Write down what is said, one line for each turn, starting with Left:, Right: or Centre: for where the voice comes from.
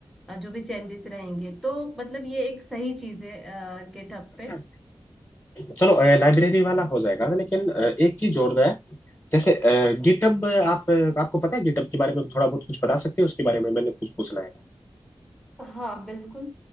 Centre: अ, जो भी चेंजेस रहेंगे तो मतलब ये एक सही चीज है गेटअप
Left: अच्छा
Centre: पे
Left: चलो लाइब्रेरी वाला हो जाएगा लेकिन अ, एक चीज और है जैसे गिटहब आप अ, आपको पता है गिटहब के बारे में थोड़ा बहुत कुछ बता सकते हैं उसके बारे में मैंने कुछ पूछना है
Centre: हाँ बिल्कुल